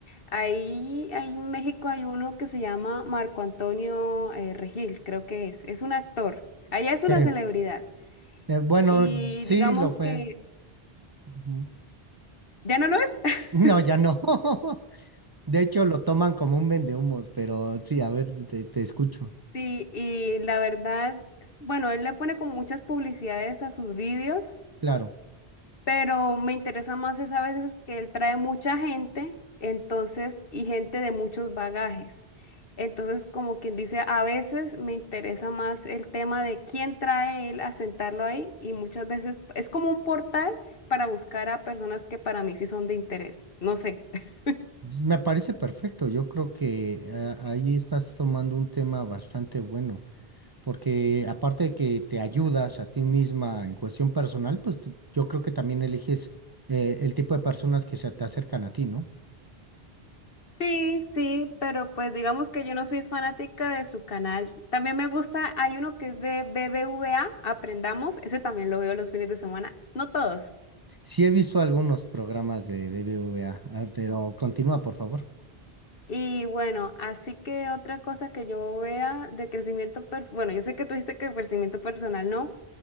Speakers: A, on the left; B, on the right.
A: Ahí, ahí en México hay uno que se llama Marco Antonio eh, Regil, creo que es. Es un actor. Allá es una
B: Sí,
A: celebridad.
B: eh, bueno,
A: Y
B: sí
A: digamos
B: lo fue.
A: que
B: Ujú. <laughs>
A: ya no lo es. <laughs>
B: No, ya no. <laughs> De hecho, lo toman como un vendehumos, pero sí, a ver, te, te escucho.
A: Sí, y la verdad, bueno, él le pone como muchas publicidades a sus vídeos
B: Claro,
A: pero me interesa más es a veces que él trae mucha gente, entonces, y gente de muchos bagajes. Entonces, como quien dice, a veces me interesa más el tema de quién trae él a sentarlo ahí y muchas veces es como un portal para buscar a personas que para mí sí son de interés. No sé. <laughs>
B: Entonces, me parece perfecto. Yo creo que eh, ahí estás tomando un tema bastante bueno, porque aparte de que te ayudas a ti misma en cuestión personal, pues t- yo creo que también eliges eh, el tipo de personas que se te acercan a ti, ¿no?
A: Sí, sí, pero pues digamos que yo no soy fanática de su canal. También me gusta, hay uno que es de BBVA, Aprendamos, ese también lo veo los fines de semana, no todos.
B: Sí he visto algunos programas de BBVA, ah, pero continúa, por favor.
A: Y bueno, así que otra cosa que yo vea de crecimiento, per- bueno, yo sé que tú dijiste que crecimiento personal no,